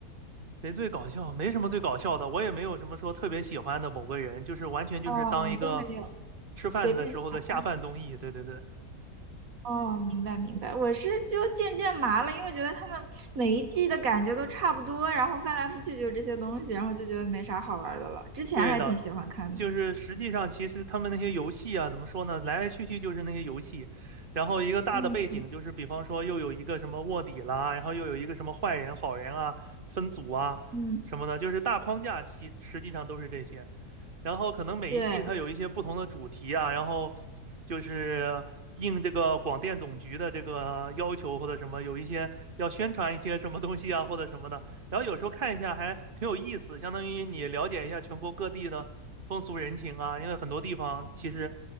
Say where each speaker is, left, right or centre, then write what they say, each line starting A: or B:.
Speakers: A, on the right; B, on the right.
A: 谁最搞笑？没什么最搞笑的，我也没有什么说特别喜欢的某个人，就是完全就是当一个
B: 哦，都没有，
A: 吃饭的时候的下饭综艺。
B: 随便下饭。
A: 对对对，
B: 哦，明白明白，我是就渐渐麻了，因为觉得他们每一季的感觉都差不多，然后翻来覆去就是这些东西，然后就觉得没啥好玩的了。之前还挺喜欢看的。
A: 对的，就是实际上其实他们那些游戏啊，怎么说呢？来来去去就是那些游戏，然后一个大的背景就是，
B: 嗯
A: 比方说又有一个什么卧底啦，然后又有一个什么坏人、好人啊，分组啊什么的，
B: 嗯，
A: 就是大框架其实际上都是这些。然后可能每一季它有一些不同的主题啊，
B: 对，
A: 然后就是应这个广电总局的这个要求或者什么，有一些要宣传一些什么东西啊或者什么的。然后有时候看一下还挺有意思，相当于你了解一下全国各地的风俗人情啊，因为很多地方其实